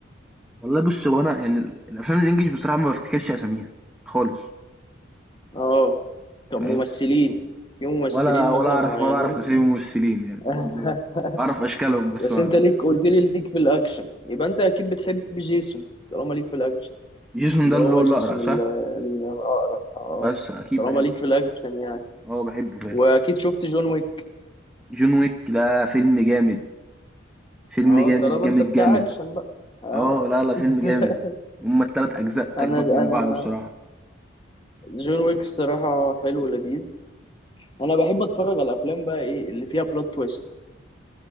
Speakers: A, in the centre; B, on the left.
A: والله بص هو انا يعني الافلام الانجليش بصراحة ما بفتكرش اساميها خالص
B: اه طب
A: فاهم
B: ممثلين في ممثلين
A: ولا ولا
B: مثلا
A: اعرف
B: معينين
A: ولا اعرف اسامي الممثلين يعني
B: <laughs>
A: برضه اعرف اشكالهم بس
B: بس
A: ما
B: انت ليك قلت لي ليك في الاكشن يبقى انت اكيد بتحب جيسون طالما ليك في الاكشن
A: جيسون
B: اللي
A: ده اللي
B: هو
A: هو الاقرع
B: جيسون ال-
A: صح
B: الاقرع اه
A: بس اكيد
B: طالما
A: بحبه
B: ليك في الاكشن يعني
A: اه بحبه فعلا
B: واكيد شفت جون ويك
A: جون ويك ده فيلم جامد فيلم
B: اه
A: جامد
B: طالما
A: جامد
B: انت بتاع
A: جامد
B: اكشن بقى اه
A: اه لا لا فيلم
B: <laughs>
A: جامد هما التلات اجزاء
B: انا
A: اجمد من
B: انا
A: بعض بصراحه
B: جون ويك الصراحه حلو ولذيذ انا بحب اتفرج على الافلام بقى ايه اللي فيها بلوت تويست